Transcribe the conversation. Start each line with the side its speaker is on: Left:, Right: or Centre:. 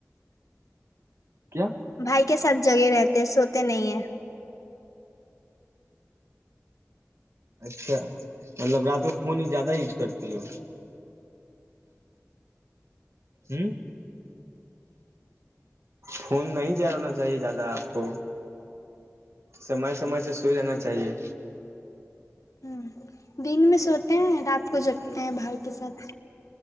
Right: کیا
Left: بھائی کے ساتھ جگہ رہتے ہیں سوتے نہیں ہیں
Right: اچھا مطلب رات کو فون ہی زیادہ یوز کرتی ہو ہ خون نہیں جلانا چاہیے زیادہ آپ کو سمے سمے سے سو جانا چاہیے
Left: ہوں دن میں سوتے ہیں رات کو جگتے ہیں باہر کے ساتھ